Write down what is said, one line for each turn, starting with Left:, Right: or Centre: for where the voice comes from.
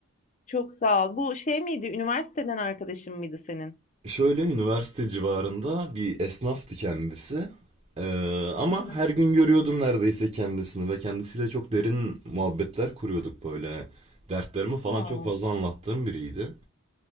Left: Çok sağ ol. Bu şey miydi, üniversiteden arkadaşın mıydı senin?
Right: Şöyle üniversite civarında bir esnaftı kendisi. Ee, ama
Left: Hı hı.
Right: her gün görüyordum neredeyse kendisini ve kendisiyle çok derin muhabbetler kuruyorduk böyle. Dertlerimi falan
Left: A!
Right: çok fazla anlattığım biriydi.